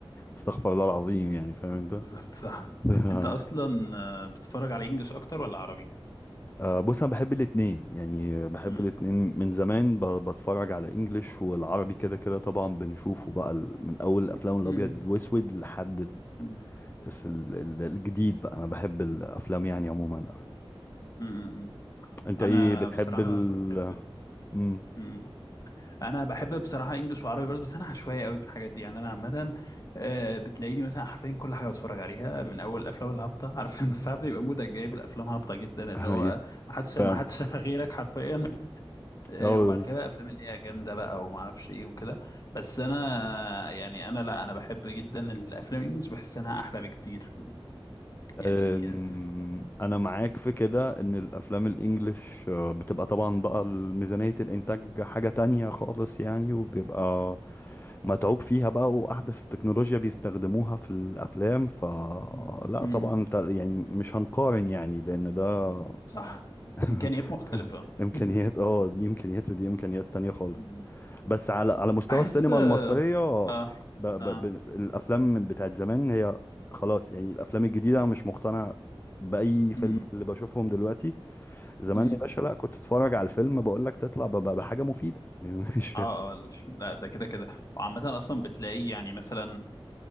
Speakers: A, on the left (about 25°); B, on the left (about 40°).
A: استغفر الله العظيم يعني فاهم انت
B: بالظبط صح
A: <laughs>
B: انت اصلا آه، بتتفرج على انجلش اكتر ولا عربي
A: آه، بص انا بحب الاتنين يعني بحب
B: امم
A: الاتنين من زمان ب- بتفرج على انجليش والعربي كده كده طبعا بنشوفه بقى ال- من اول الافلام الابيض
B: امم
A: والاسود لحد ال-
B: امم
A: الس- ال- ال- الجديد بقى انا بحب الافلام يعني عموما
B: امم
A: انت
B: انا
A: ايه بتحب
B: بصراحه
A: ال
B: بحب
A: امم
B: امم انا بحب بصراحه انجلش وعربي برضه بس انا عشوائي قوي في الحاجات دي يعني انا عامه آه، بتلاقيني مثلا حرفيا كل حاجه بتفرج عليها من اول الافلام الهابطه <laughs> عارف انت ساعات بيبقى مودك جايب الافلام هابطه جدا اللي
A: ايوه
B: هو ما حدش
A: <laughs>
B: ما
A: فعلا
B: حدش شافها غيرك حرفيا <laughs> آه،
A: أو
B: وبعد كده بقى افلام اللي هي جامده بقى وما اعرفش ايه وكده بس انا يعني انا لا انا بحب جدا الافلام الانجليش بحس انها احلى بكتير يعني
A: أم،
B: آه،
A: انا معاك في كده ان الافلام الانجليش آه، بتبقى طبعا بقى ميزانية الانتاج حاجة تانية خالص يعني وبيبقى متعوب فيها بقى واحدث التكنولوجيا بيستخدموها في الافلام فلا
B: م- م-
A: طبعا
B: اه
A: انت يعني مش هنقارن يعني لان ده
B: صح
A: <laughs>
B: امكانيات مختلفه <laughs>
A: امكانيات
B: م-
A: اه دي امكانيات ودي امكانيات تانية خالص
B: لا
A: بس على على مستوى
B: بحس
A: السينما
B: لا
A: المصرية
B: لا اه
A: ب... ب...
B: اه اه
A: ب... الأفلام بتاعت زمان هي خلاص يعني الأفلام الجديدة أنا مش مقتنع بأي فيلم
B: م-
A: من اللي بشوفهم دلوقتي زمان
B: م-
A: يا باشا
B: م.
A: لا كنت تتفرج على الفيلم بقول لك تطلع ب... ب- بحاجة مفيدة <laughs> يعني مش
B: اه آه، لا ده كده كده وعامة أصلا بتلاقيه يعني مثلا